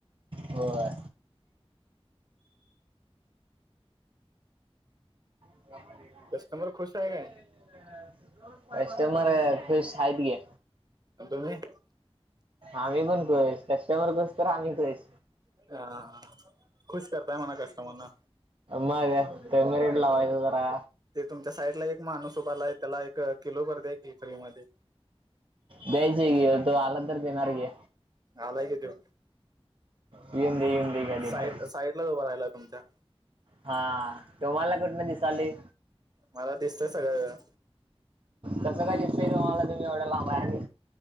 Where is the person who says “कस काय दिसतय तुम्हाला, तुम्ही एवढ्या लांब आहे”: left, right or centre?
Right